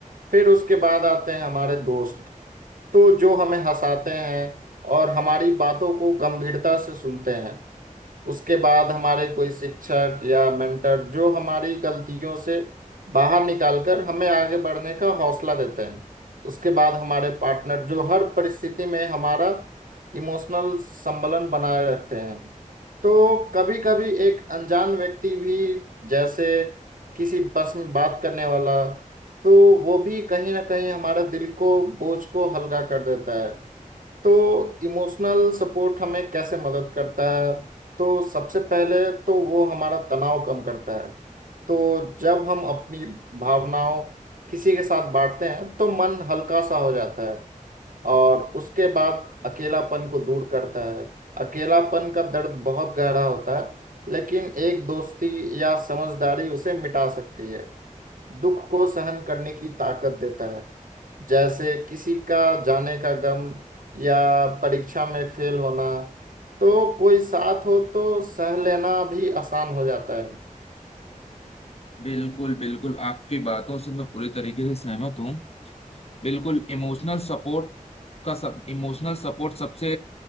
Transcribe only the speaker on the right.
फिर उसके बाद आते हैं हमारे दोस्त तो जो हमें हंसाते हैं और हमारी बातों को गंभीरता से सुनते हैं उसके बाद हमारे कोई शिक्षक या मेंटर जो हमारी गलतियों से बाहर निकालकर हमें आगे बढ़ने का हौसला देते हैं उसके बाद हमारे पार्टनर जो हर परिस्थिति में हमारा इमोशनल संबलन बनाए रखते हैं तो कभी कभी एक अनजान व्यक्ति भी जैसे किसी बस में बात करने वाला तो वो भी कहीं ना कहीं हमारे दिल को बोझ को हल्का कर देता है तो इमोशनल सपोर्ट हमें कैसे मदद करता है तो सबसे पहले तो वो हमारा तनाव कम करता है तो जब हम अपनी भावनाओं किसी के साथ बांटते हैं तो मन हल्का सा हो जाता है और उसके बाद अकेलापन को दूर करता है अकेलापन का दर्द बहुत गहरा होता है लेकिन एक दोस्ती या समझदारी उसे मिटा सकती है दुख को सहन करने की ताकत देता है जैसे किसी का जाने का गम या परीक्षा में फेल होना तो कोई साथ हो तो सह लेना भी आसान हो जाता है